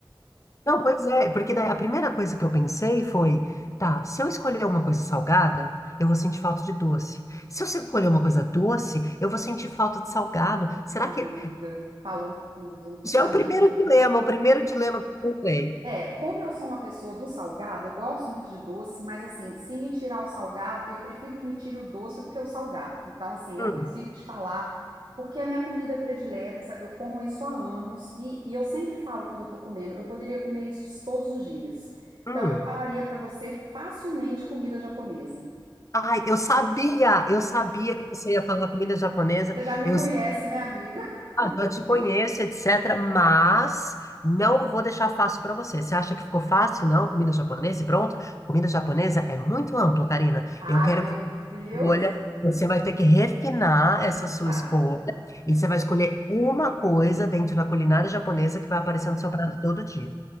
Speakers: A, on the left; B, on the right.
A: Não, pois é, porque daí a primeira coisa que eu pensei foi, tá, se eu escolher uma coisa salgada, eu vou sentir falta de doce. Se eu escolher uma coisa doce, eu vou sentir falta de salgado. Será
B: Amiga,
A: que
B: falou tudo.
A: já
B: Amiga.
A: é o primeiro dilema, o primeiro dilema que eu pensei.
B: É, como eu sou uma pessoa do salgado, eu gosto muito de doce, mas assim, se me tirar o salgado, eu prefiro que me tire o doce do que o salgado. Então, assim,
A: Hum,
B: eu consigo te falar, porque é a minha comida predileta, essa- eu como isso há anos, e, e eu sempre falo quando eu tô comendo, eu poderia comer isso todos os dias.
A: hum.
B: Então, eu falaria pra você facilmente comida japonesa.
A: Ai, eu sabia, eu sabia que você ia falar comida japonesa.
B: Você já me
A: Eu
B: conhece, né, amiga? <laughs>
A: já te conheço, etc. Mas não vou deixar fácil para você. Você acha que ficou fácil? Não, comida japonesa e pronto. Comida japonesa é muito amplo, Karina.
B: Ai,
A: Eu quero
B: meu
A: que você
B: Deus.
A: escolha. Você vai ter que refinar essa sua
B: Tá,
A: escolha e você vai escolher uma coisa dentro da culinária japonesa que vai aparecer
B: tá,
A: no seu prato todo dia.